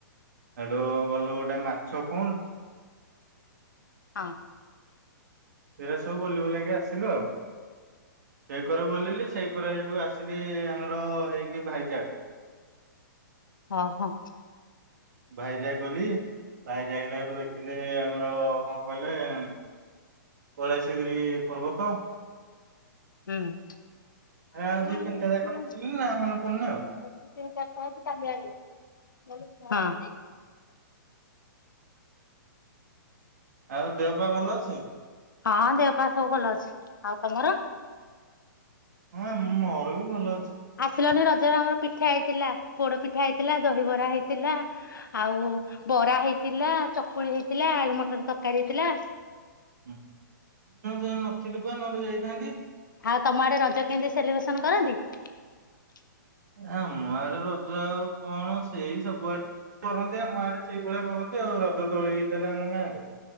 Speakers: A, on the right (about 55°); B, on the left (about 70°).
A: ହେଠୁ ଗଲୁ ଗୋଟେ ମାଛ କୁଣ୍ଡ
B: ହଁ।
A: ସେରା ସବୁ ବୁଲି ବାଲାକି ଆସିଲୁ ଆଉ ସେଇକର ବୁଲିଲି ସେଇକର ହେଠୁ ଆସିଲି ଆମର ହେଇକି ଭାଇଜାକ୍।
B: ଓ ହୋ।
A: ଭାଇଜାଗ୍ ଗଲି ଭାଇଜାଗରେ ହେଠୁ ଦେଖିଲି ଆମର କଣ କହିଲେ କୈଳାଶଗିରି ପର୍ବତ।
B: ହୁଁ ତିନି
A: ଆଉ ଦି ତିନିଟା ଜାଗା
B: ଚାରିଟା
A: ବୁଲିଲି ନା ମନେ ପଡୁନି ଆଉ।
B: ହେଇଛି କାଲି ଆଣିବ ହଁ।
A: ଆଉ ଦେହପା ଭଲ ଅଛି?
B: ହଁ ଦେହ ପା ସବୁ ଭଲ ଅଛି ଆଉ ତମର?
A: ହଁ ମୋର ବି ଭଲ ଅଛି।
B: ଆସିଲନି ରଜର ଆମର ପିଠା ହେଇଥିଲା ପୋଡ ପିଠା ହେଇଥିଲା, ଦହିବରା ହେଇଥିଲା ଆଉ ବରା ହେଇଥିଲା ଚକୁଳି ହେଇଥିଲା ଆଳୁ ମଟର ତରକାରୀ ହେଇଥିଲା।
A: ହଁ ହୁଁ ନଥିଲୁ ବା ନହେଲେ ଯାଇଥାନ୍ତି।
B: ଆଉ ତମ ଆଡେ ରଜ କେମିତି ସେଲିବ୍ରେସନ କରନ୍ତି?
A: ଆମ ଆଡ଼େ ଡେ ରଜ ଆଉ କଣ ସେଇ ସବୁଆଡେ କରନ୍ତି, ଆମ ଆଡେ ସେଇଭଳିଆ କରନ୍ତି। ରଜ ଦୋଳି ହେଇଥିଲା ଆମ ଗାଁ